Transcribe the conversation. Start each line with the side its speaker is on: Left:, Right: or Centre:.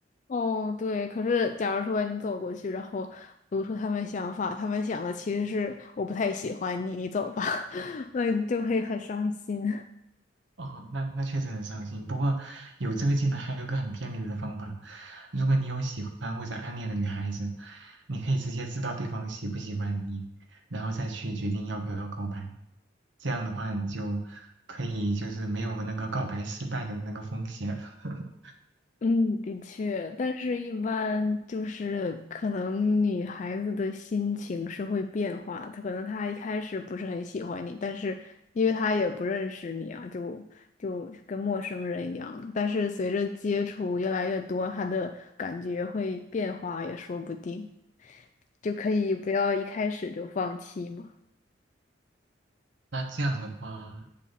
Left: 哦，对，可是假如说你走过去，然后读出他们想法，他们想的其实是我不太喜欢你，你走吧，<laughs> 那你就会很伤心。
Right: 哦，那那确实很伤心。不过有这个技能，还有一个很便利的方法，如果你有喜欢或者暗恋的女孩子，你可以直接知道对方喜不喜欢你，然后再去决定要不要告白。这样的话，你就可以就是没有那个告白失败的那个风险。<laughs>
Left: 嗯，的确，但是一般就是可能女孩子的心情是会变化的，她可能她一开始不是很喜欢你，但是因为她也不认识你啊，就就跟陌生人一样。但是随着接触越来越多，她的感觉会变化也说不定，就可以不要一开始就放弃嘛。
Right: 那这样的话，